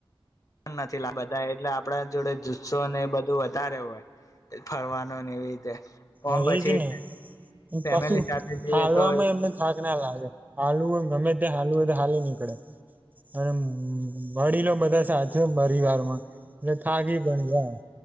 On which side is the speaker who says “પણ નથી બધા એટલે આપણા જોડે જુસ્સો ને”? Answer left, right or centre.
Left